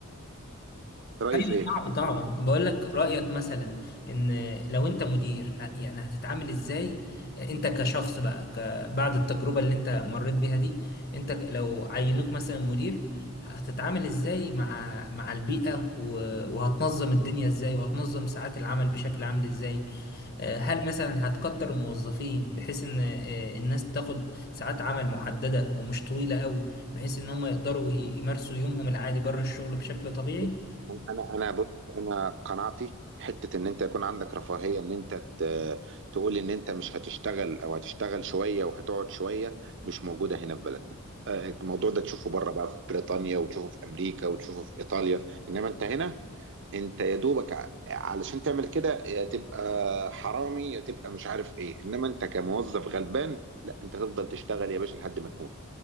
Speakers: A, on the right; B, on the left.
A: رايي
B: ايوه
A: في ايه
B: صعب طبعا بقول لك رايك مثلا ان لو انت مدير ه- يعني هتتعامل ازاي انت كشخص بقى ك- بعد التجربه اللي انت مريت بيها دي انت ك- لو عينوك مثلا مدير هتتعامل ازاي مع مع البيئه و- وهتنظم الدنيا ازاي وهتنظم ساعات العمل بشكل عامل ازاي آه، هل مثلا هتكتر الموظفين بحيث ان آه، الناس تاخد ساعات عمل محدده ومش طويله قوي بحيث ان هم يقدروا ي- يمارسوا يومهم العادي بره الشغل بشكل طبيعي
A: بص، انا انا بص انا قناعتي حته ان انت يكون عندك رفاهيه ان انت ت- تقول ان انت مش هتشتغل او هتشتغل شويه وهتقعد شويه مش موجوده هنا في بلدنا آه، الموضوع ده تشوفه بره بقى في بريطانيا وتشوفه في امريكا وتشوفه في ايطاليا انما انت هنا انت يا دوبك ع- علشان تعمل كده يا تبقى حرامي يا تبقى مش عارف ايه انما انت كموظف غلبان لا انت تفضل تشتغل يا باشا لحد ما تموت